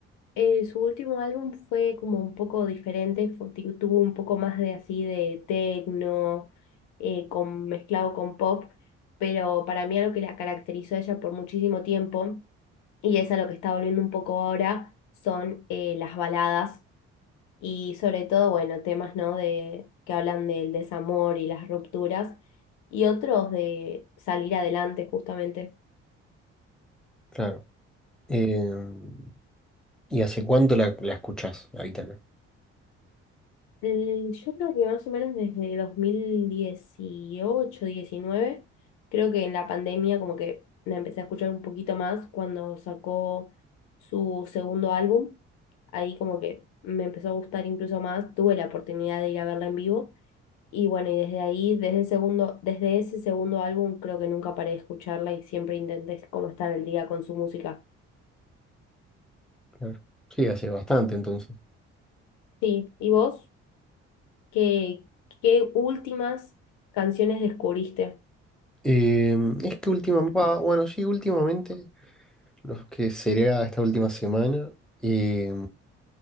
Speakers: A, on the left; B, in the centre.
A: eh, su último álbum fue como un poco diferente, fue- tu- tuvo un poco más de así de techno, eh, con, mezclado con pop, pero para mí algo que la caracterizó a ella por muchísimo tiempo, y es a lo que está volviendo un poco ahora, son eh, las baladas y sobre todo, bueno, temas, ¿no? de, que hablan del desamor y las rupturas, y otros de salir adelante justamente.
B: Claro. Eh, ¿y hace cuánto la, la escuchás, la Aitana?
A: Mm, Yo creo que más o menos desde dos mil dieciocho diecinueve creo que en la pandemia como que la empecé a escuchar un poquito más cuando sacó su segundo álbum. Ahí como que me empezó a gustar incluso más, tuve la oportunidad de ir a verla en vivo y bueno, y desde ahí, desde el segundo, desde ese segundo álbum creo que nunca paré de escucharla y siempre intenté como estar al día con su música.
B: Claro. Sí, hace bastante entonces.
A: Sí, ¿y vos? ¿Qué, qué últimas canciones descubriste?
B: Eh, es que últimamente, bueno, sí, últimamente, los que sería esta última semana, eh,